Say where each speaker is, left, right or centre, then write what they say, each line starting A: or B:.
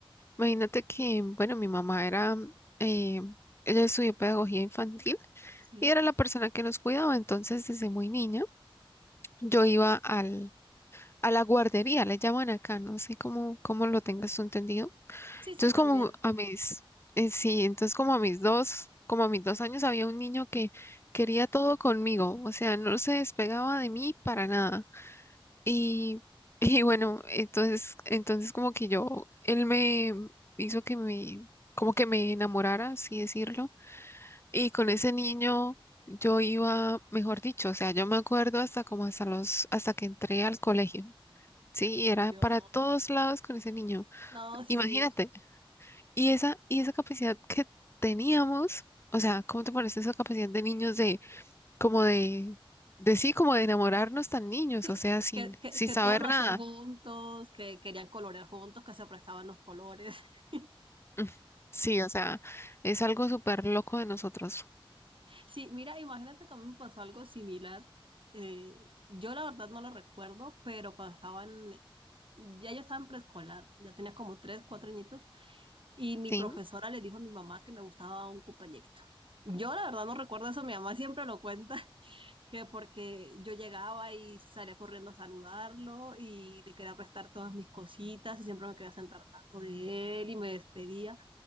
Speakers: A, on the left; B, on the right.
A: Imagínate que, bueno, mi mamá era, eh, ella estudió pedagogía infantil
B: Sí,
A: y era la persona que nos cuidaba. Entonces, desde muy niña, yo iba al a la guardería, le llaman acá, no sé cómo, cómo lo tengas tú entendido.
B: sí,
A: Entonces,
B: sí, también.
A: como a mis, eh, sí, entonces como a mis dos, como a mis dos años había un niño que quería todo conmigo, o sea, no se despegaba de mí para nada. Y, <laughs> y bueno, entonces, entonces como que yo, él me hizo que me, como que me enamorara, así decirlo. Y con ese niño yo iba, mejor dicho, o sea, yo me acuerdo hasta como hasta los, hasta que entré al colegio. Sí, era
B: Yo,
A: para todos lados con ese niño.
B: no, sí,
A: Imagínate. Y esa, y esa capacidad que teníamos, o sea, ¿cómo te parece esa capacidad de niños de, como de, de sí, como de enamorarnos tan niños,
B: sí,
A: o
B: sí,
A: sea, sin,
B: que, que,
A: sin
B: que
A: saber
B: todo lo hacían
A: nada?
B: juntos, que querían colorear juntos, que se prestaban los colores. <laughs>
A: Mm, Sí, o sea, es algo súper loco de nosotros,
B: Sí, mira, imagínate que a mí me pasó algo similar. Eh, yo la verdad no lo recuerdo, pero cuando estaban, ya yo estaba en preescolar, ya tenía como tres, cuatro añitos, y mi
A: ¿sí?
B: profesora le dijo a mi mamá que me gustaba un compañerito. Yo la verdad no recuerdo eso, mi mamá siempre lo cuenta. que porque yo llegaba y salía corriendo a saludarlo y le quería prestar todas mis cositas y siempre me quería sentar al lado de él y me despedía.